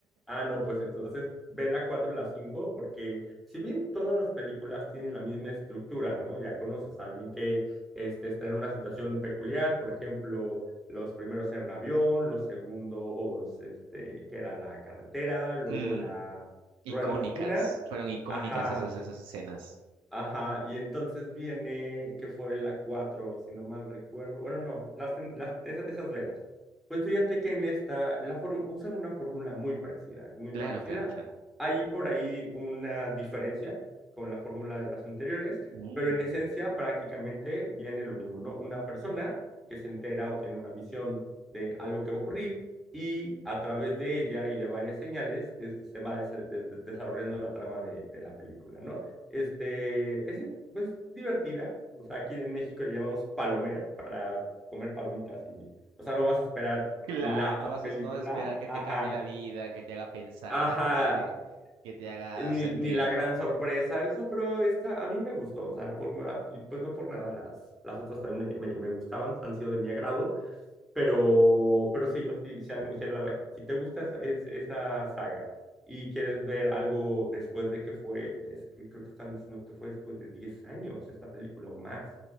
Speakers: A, in the centre; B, on the right (about 70°).
A: Ah, no, pues entonces ve la cuatro y la cinco, porque si bien todas las películas tienen la misma estructura, ¿no? Ya conoces a alguien que este, está en una situación peculiar, por ejemplo, los primeros eran un avión, los segundos, este, que era la carretera, luego
B: Mm,
A: la
B: icónicas,
A: rueda de la fortuna.
B: fueron icónicas
A: Ajá,
B: esas, esas escenas.
A: Ajá, y entonces viene que fue la 4 si no mal recuerdo. Bueno, no, las, las, esas, esas velas. Pues fíjate que en esta la form- usan una fórmula muy parecida, es muy
B: Claro,
A: parecida.
B: claro, claro.
A: Hay por ahí una diferencia con la fórmula de las anteriores,
B: Mm,
A: pero en esencia prácticamente viene lo mismo, ¿no? Una persona que se entera o tiene una visión de algo que va a ocurrir y a través de ella y de varias señales este, se va desa- de- de- desarrollando la trama de de la película, ¿no? Este, es pues, divertida. O sea, aquí en México le llamamos palomera, para comer palomitas. Y, o sea, no vas a esperar
B: claro,
A: la
B: no vas
A: película.
B: a, no vas a esperar que
A: Ajá,
B: te cambie la vida, que te haga pensar,
A: ajá.
B: de que te, que te haga
A: Ni,
B: sentir.
A: ni la gran sorpresa, eso, pero esta a mí me gustó, o sea, la fórmula, y pues no por nada, las, las otras también me, me, me gustaban, han sido de mi agrado, pero, pero sí, yo sí, si alguien me dijera, like, si te gusta esa, es- esa saga y quieres ver algo después de que fue, es que creo que están diciendo que fue después de 10 años esta película o más